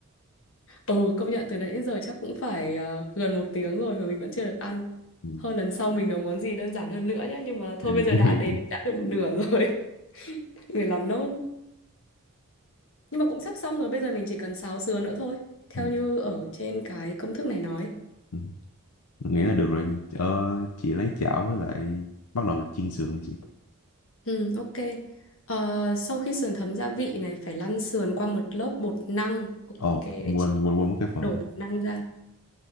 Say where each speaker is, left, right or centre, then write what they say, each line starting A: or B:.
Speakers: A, on the left; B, on the left.
A: Ừ, công nhận từ nãy đến giờ chắc cũng phải ờ, gần một tiếng rồi mà mình vẫn chưa được ăn.
B: ừ.
A: Hơn lần sau mình nấu món gì đơn giản hơn nữa nhá. Nhưng mà thôi
B: em
A: bây giờ
B: cũng
A: đã
B: hiểu
A: đến
B: nữa.
A: đã được một nửa rồi. <laughs> Mình phải làm nốt. Nhưng mà cũng sắp xong rồi. Bây giờ mình chỉ cần xào sườn nữa thôi. Theo
B: Ừ.
A: như ở trên cái công thức này nói.
B: Ừ. Nghĩ là được rồi chị. Ờ, chị lấy chảo với lại bắt đầu chiên sườn đi chị
A: Ừ, ok. Ờ, sau khi sườn thấm gia vị này phải lăn sườn qua một lớp bột năng. Ok,
B: ồ
A: để
B: quên
A: chị
B: quên quên mất cái phần
A: đổ bột năng ra.